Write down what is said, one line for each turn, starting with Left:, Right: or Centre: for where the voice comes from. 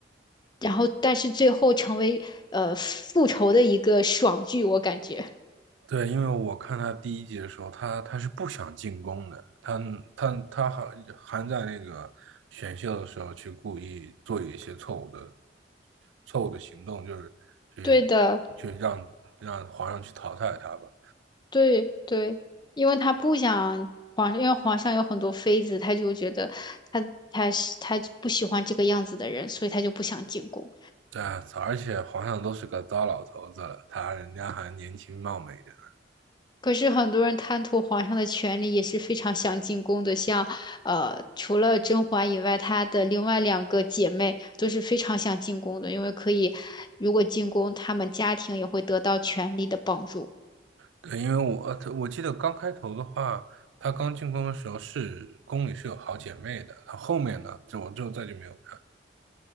Left: 然后但是最后成为呃复仇的一个爽剧，我感觉。
Right: 对，因为我看他第一集的时候，他他是不想进宫的，他他他还还在那个选秀的时候去故意做一些错误的错误的行动，就是去去让让皇上去淘汰他吧。
Left: 对的，对对，因为他不想皇上，因为皇上有很多妃子，他就觉得他他是他不喜欢这个样子的人，所以他就不想进宫。
Right: 对啊，而且皇上都是个糟老头子了，他人家还年轻貌美的呢。
Left: 可是很多人贪图皇上的权力，也是非常想进宫的。像呃，除了甄嬛以外，她的另外两个姐妹都是非常想进宫的，因为可以，如果进宫，她们家庭也会得到权力的帮助。
Right: 对，因为我呃我记得刚开头的话，他刚进宫的时候是宫里是有好姐妹的，他后面呢，就我就再就没有看。